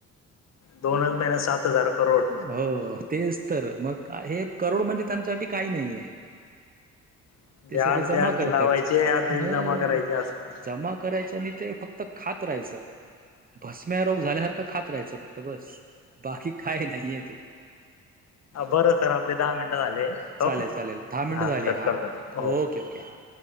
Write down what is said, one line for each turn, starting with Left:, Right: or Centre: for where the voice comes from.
Left: दोनच महिन्यात सात हजार करोड
Right: हो तेच तर मग हे करोड म्हणजे त्यांच्यासाठी काही नाही आहे.
Left: म्हणजे
Right: ते सगळे
Left: अर्धे
Right: जमा
Left: अर्धे
Right: करत्यात
Left: लावायचे अर्धे
Right: <inaudible>
Left: जमा करायचे असं
Right: जमा करायच नि ते फक्त खात राहायचं भस्म्या रोग झाल्यासारखं खात राहायचं फक्त बस बाकी काय नाहीय ते.
Left: बरं सर आपले दहा मिनटं झाले
Right: चालेल
Left: हो
Right: चालेल दहा मिनिटं
Left: हा
Right: झाली
Left: कट करतो. हो
Right: ओके ओके हां